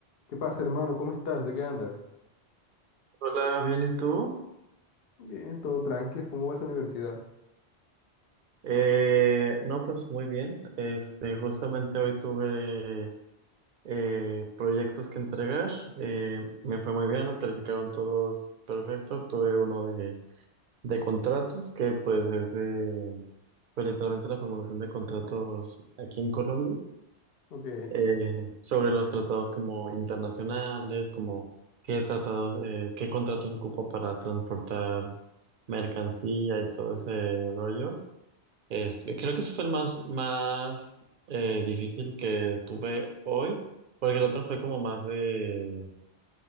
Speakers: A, on the left (about 65°); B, on the right (about 55°).
A: ¿Qué pasa, hermano? ¿Cómo estás? ¿De qué andas?
B: Hola, bien, ¿y tú?
A: Bien, todo tranqui. ¿Cómo va esa universidad?
B: Eh, no, pues muy bien. Este, justamente hoy tuve eh, proyectos que entregar. Eh, me fue muy bien, los calificaron todos perfecto. Tuve uno de, de contratos, que pues es de, pues, literalmente la formulación de contratos aquí en Colombia,
A: Ok,
B: eh, sobre los tratados como internacionales, como qué tratados, eh, qué contratos ocupo para transportar mercancía y todo ese rollo. Es- creo que ese fue el más, más eh, difícil que tuve hoy, porque el otro fue como más de,